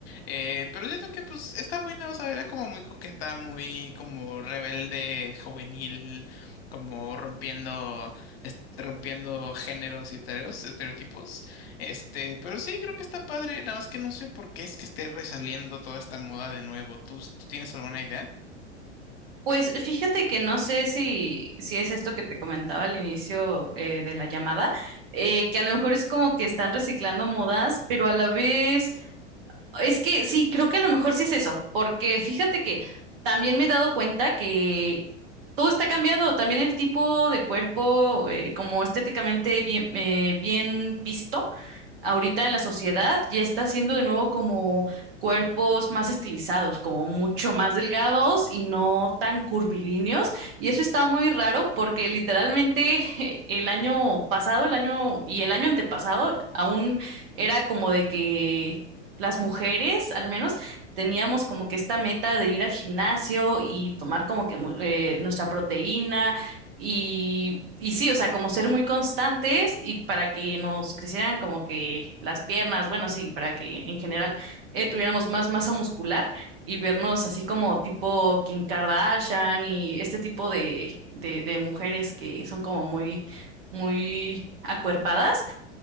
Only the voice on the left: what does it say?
Eh, pero siento que pues está buena, o sea, era como muy coqueta, muy como rebelde, juvenil, como rompiendo, est- rompiendo géneros y estereos- estereotipos. Este, pero sí, creo que está padre, nada más que no sé por qué es que esté resaliendo toda esta moda de nuevo. ¿Tú, tú tienes alguna idea?